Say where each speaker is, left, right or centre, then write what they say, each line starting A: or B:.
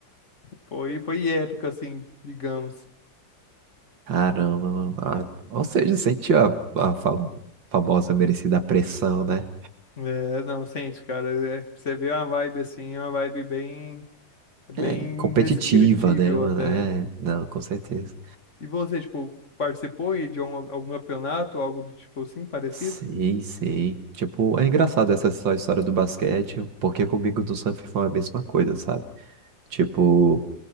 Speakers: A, on the left; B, on the right.
A: Foi, foi épico, assim, digamos.
B: Caramba, mano. Ah, ou seja, sentiu a, a fa- famosa merecida pressão, né?
A: É, não, sente, cara. é- você vê uma vibe assim, uma vibe bem, bem
B: É, competitiva,
A: indescritível
B: né, mano?
A: até.
B: É, não, com certeza.
A: E você, tipo, participou aí de um- algum campeonato, algo do tipo assim, parecido?
B: Sei, sei. Tipo, é engraçado essa só história do basquete, porque comigo no surf foi a mesma coisa, sabe? Tipo,